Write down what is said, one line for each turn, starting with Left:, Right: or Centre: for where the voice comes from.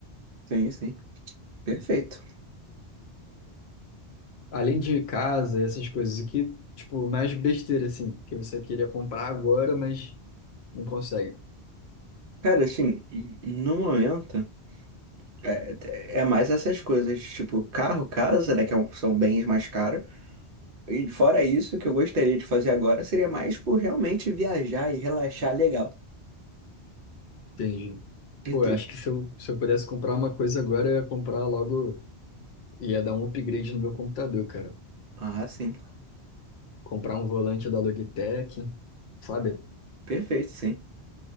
Right: Sim, sim. Perfeito.
Left: Além de casa e essas coisas aqui, tipo, mais besteira assim, que você queria comprar agora, mas não consegue.
Right: Cara, assim, no momento, é, é mais essas coisas, tipo, carro, casa, né, que é um- são bens mais caros. E fora isso, o que eu gostaria de fazer agora seria mais por realmente viajar e relaxar legal.
Left: Entendi. Pô,
Right: E tu?
Left: eu acho que se eu, se eu pudesse comprar uma coisa agora, eu ia comprar logo, ia dar um upgrade no meu computador, cara.
Right: Ah, sim.
Left: comprar um volante da Logitech, sabe?
Right: Perfeito, sim.